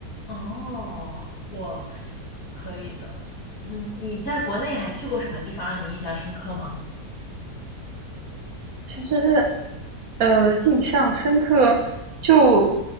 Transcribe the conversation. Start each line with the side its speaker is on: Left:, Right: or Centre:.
Left: 哦，我可以的。嗯，你在国内还去过什么地方让你印象深刻吗？
Right: 其实，呃，印象深刻就